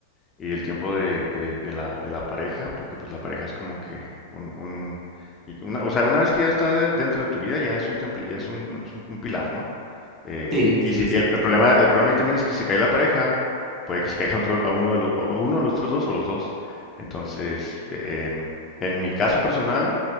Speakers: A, on the left; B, on the right.
A: y el tiempo de, de- de la, de la pareja, porque pues la pareja es como que un, un- y una, o sea, una vez que ya está de- dentro de tu vida, ya es un temple- ya es un, un- es un- un pilar, ¿no? Eh,
B: Sí,
A: y
B: sí,
A: si el,
B: sí,
A: el problema,
B: total.
A: el problema ahí también es que si se cae la pareja, puede que se caiga otro, a uno de los, a uno de los otros dos o los dos. Entonces, eh, em, en mi caso personal,